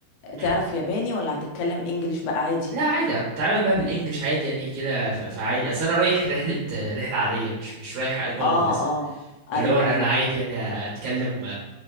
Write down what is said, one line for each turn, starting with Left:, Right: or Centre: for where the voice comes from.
Right: مم.
Left: تعرف ياباني ولا هتتكلم انجليش بقى عادي
Right: لا عادي هتتعامل بقى بالانجلش عادي يعني كده ف- فعادي اصل انا رايح رحله رحله عاديه مش مش رايح اقامه
Left: اه
Right: مثلا
Left: اه ايوه
Right: فاللي هو انا
Left: ايوه
Right: أنا عادي يعني اتكلم